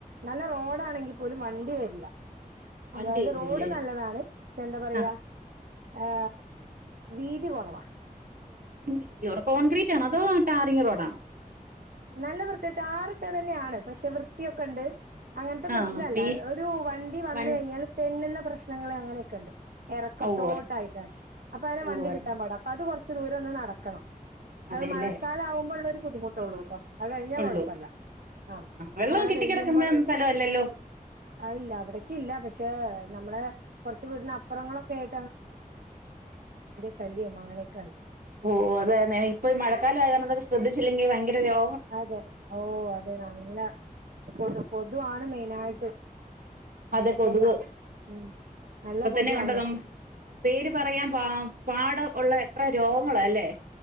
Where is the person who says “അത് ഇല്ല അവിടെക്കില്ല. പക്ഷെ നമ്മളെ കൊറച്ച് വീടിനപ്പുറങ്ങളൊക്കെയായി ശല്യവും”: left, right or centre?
Right